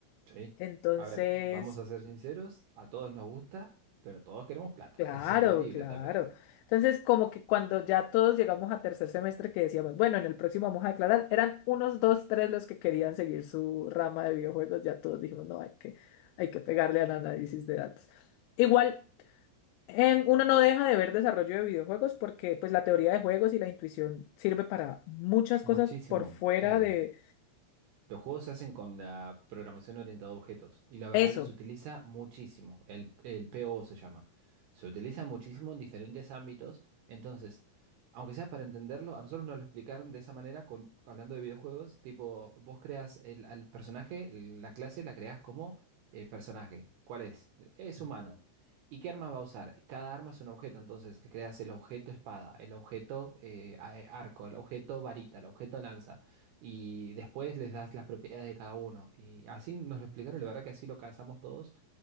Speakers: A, on the right (about 80°); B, on the left (about 90°).
A: Sí.
B: Entonces,
A: A ver, vamos a ser sinceros, a todos nos gusta, pero todos queremos plata.
B: claro,
A: <laughs> Es entendible
B: claro.
A: también.
B: Entonces, como que cuando ya todos llegamos a tercer semestre que decíamos, bueno, en el próximo vamos a declarar, eran unos dos, tres los que querían seguir su rama de videojuegos, ya todos dijimos, no, hay que, hay que pegarle al análisis de datos. Igual. em, uno no deja de ver desarrollo de videojuegos porque pues la teoría de juegos y la intuición sirve para muchas
A: Muchísimo.
B: cosas por fuera
A: eh,
B: de,
A: Los juegos se hacen con la programación orientada a objetos y la verdad
B: eso,
A: que se utiliza muchísimo, el, el PO se llama. Se utiliza muchísimo en diferentes ámbitos, entonces, aunque sea para entenderlo, a nosotros nos lo explicaron de esa manera con, hablando de videojuegos, tipo, vos creas el, al personaje, el- la clase la creas como eh, personaje. ¿Cuál es? Es humano. ¿Y qué arma va a usar? Cada arma es un objeto, entonces creas el objeto espada, el objeto eh, a- arco, el objeto varita, el objeto lanza y después les das las propiedades de cada uno. Y así nos lo explicaron, la verdad que así lo cazamos todos,